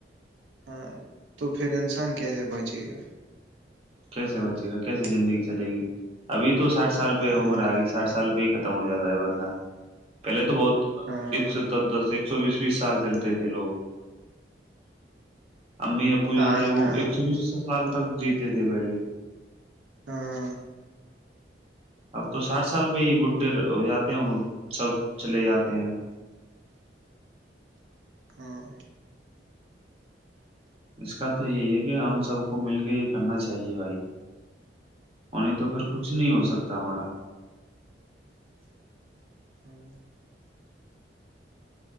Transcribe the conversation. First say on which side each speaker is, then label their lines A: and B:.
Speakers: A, on the right; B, on the right.
A: ہاں تو پھر انسان کیسے بچے گا
B: کیسے بچے گا کیسے زندگی چلے گی ابھی تو تو سٹ سال
A: ہاں
B: پہ عمر آ گی سٹھ سال پہ ختم ہو جاتا ہے بندہ پہلے تو بہت
A: ہاں
B: ایک سو دس دس ایک سو بیس بیس سال چلتے تھے لوگ امی ابو جانا
A: آج
B: ہے وہ
A: کہاں
B: ایک سو بیس سال سال تک جیتے ے پہلے
A: ہاں
B: اب تو ساٹھ سال پہ ہی بڈھے ہو جاتے ہیں سب چلے جاتے ہیں
A: ہاں
B: اس کا تو یہی ہے کہ ہم سب کو مل کے یہ کرنا چاہیے بھائی وہ نہیں تو پھر کچھ نہیں ہو سکتا ہمارا
A: ہوں